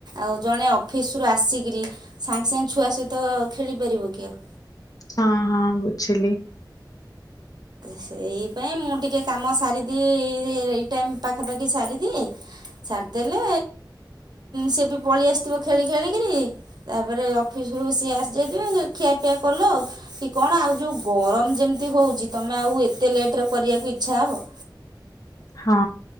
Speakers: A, on the right; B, on the left.
A: ଆଉ ଜଣେ ଅଫିସରୁ ଆସିକରି ସାଙ୍ଗେ ସାଙ୍ଗେ ଛୁଆ ସହିତ ଖେଳିପାରିବ କି ଆଉ।
B: ହଁ ହଁ ବୁଝିଲି।
A: ସେଇପାଇଁ ମୁଁ ଟିକେ କାମ ସାରିଦିଏ ଏଇ ଟାଇମ୍ ପାଖାପାଖି ସାରିଦିଏ ସାରଦେଲେ ସିଏ ବି ପଳେଇ ଆସିଥିବ ଖେଳି ଖେଳିକିରି ତାପରେ ଅଫିସକୁ ସିଏ ଆସିଯାଇଥିବେ ଖିଆପିଆ କଲ ଆଉ। କି କଣ ଆଉ ଯେଉଁ ଗରମ ଯେମିତି ହେଉଛି ତୁମେ ଆଉ ଏତେ ଲେଟ୍ କରିବାକୁ ଇଚ୍ଛା ହେବ।
B: ହଁ